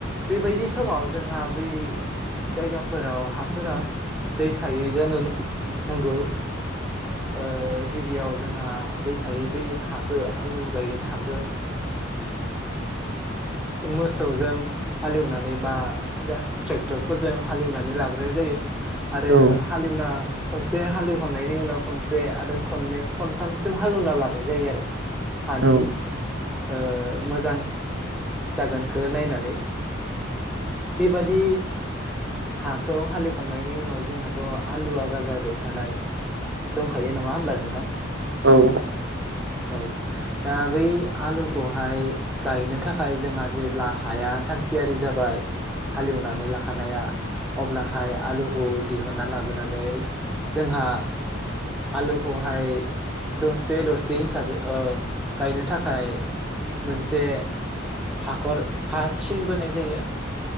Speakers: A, in the centre; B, on the right (about 70°).
A: बेबायदि समाव जोंहा बै जायगाफोराव हाफोरा दै थायै जानो नांगौ ओ गिबियाव जोंहा दै थायै बै हाखौ आलु गायगोन हाखौ <inaudible> मोसौजों हालेवनानै बा ट्रेक्टरफोरजों हालेवनानै लाग्रोनाय जायो आरो
B: औ
A: हालेवना खनसे हालेव होखांनायनि उनाव खनसे आरो खननै खनथामसिम हालेवना लानाय जायो आरो हानि
B: औ
A: ओ मोजां जागोनखौ नायनानै बेबादि हाखौ हालेवखांनायनि उनाव जोंहाथ' आलुवआ गाजा बेरखानाय दंखायो नङा होमब्ला नोंथां
B: औ
A: औ दा बै आलुखौहाय गायनो थाखाय जोंहा जेब्ला हाया थागथियारि जाबाय हालेवनानै लाखानाया अब्लाहाय आलुखौ दिहुनना लाबोनानै जोंहा आलुखौहाय दरसे दरस जे हिसाबै ओ गायनो थाखाय मोनसे हाखर हा सिन बोनाय जायो